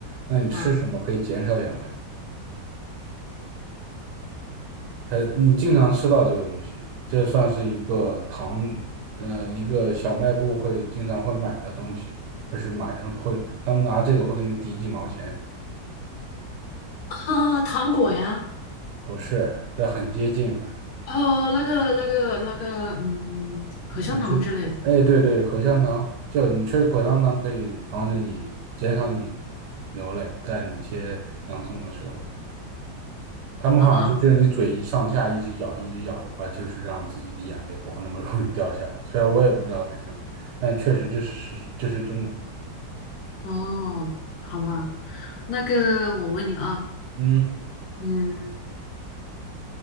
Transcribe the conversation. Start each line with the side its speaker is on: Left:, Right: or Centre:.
Right: 那你吃什么可以减少眼泪？
Left: 啊
Right: 还你经常吃到这个东西，这算是一个糖，呃，一个小卖部会经常会买的东西，不是买的东西会，他们拿这个会给你抵几毛钱，
Left: 啊，糖果呀，
Right: 不是，这很接近了。
Left: 哦，那个那个那个，嗯，口香糖之类的
Right: 对，吹，哎，对对，口香糖，就你吹口香糖可以防止你减少你流泪，在你切洋葱的时候，他们好像说，
Left: 啊啊
Right: 就是你嘴一上下一直咬，一直咬的话，就是让自己的眼泪不会那么 <laughs> 容易掉下来。虽然我也不知道为什么，但确实这是这是真的。
Left: 哦，好吧，那个我问你啊，
Right: 嗯，
Left: 嗯